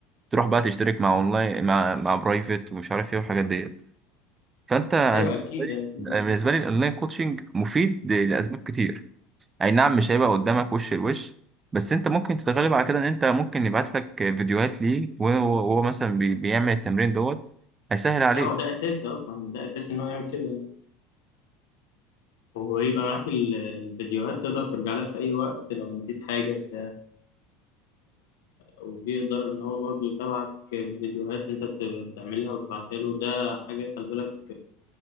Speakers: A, on the right (about 25°); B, on the left (about 80°).
A: تروح بقى تشترك مع اونلاين مع مع برايفت ومش عارف ايه والحاجات ديت فانت انا
B: ايوه
A: بالنسبه
B: اكيد
A: لي
B: اكيد
A: أنا بالنسبه لي الاونلاين كوتشنج مفيد ل- لاسباب كتير اي نعم مش هيبقى قدامك وش لوش بس انت ممكن تتغلب على كده ان انت ممكن يبعت لك فيديوهات ليه وهو وهو مثلا بي- بيعمل التمرين دوت هيسهل عليك
B: لا هو ده اساسي اصلا ده اساسي ان هو يعمل كده يعني وهو يبقى معاك ال- الفيديوهات تقدر ترجع لها في اي وقت لو نسيت حاجه بتاع. وبيقدر ان هو برضو يتابعك بفيديوهات انت بت- بتعملها وتبعتها له ده حاجه خلي بالك